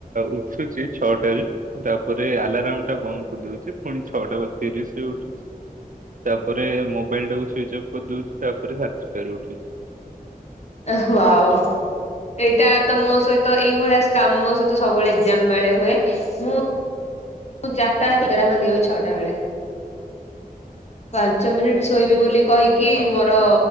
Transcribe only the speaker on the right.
ଉଠୁଛି ଛଅଟାରେ, ତାପରେ ଆଲାରମ ଟା ବନ୍ଦ କରିଦଉଛି। ପୁଣି ଛଅଟା ବା ତିରିଶ ଉଠୁଛି। ତାପରେ ମୋବାଇଲ ଟାକୁ ସୁଇଚ ଅଫ କରିଦଉଛି, ତାପରେ ସାଡ୍ ଛଟା ରେ ଉଠୁଛି।
ହଁ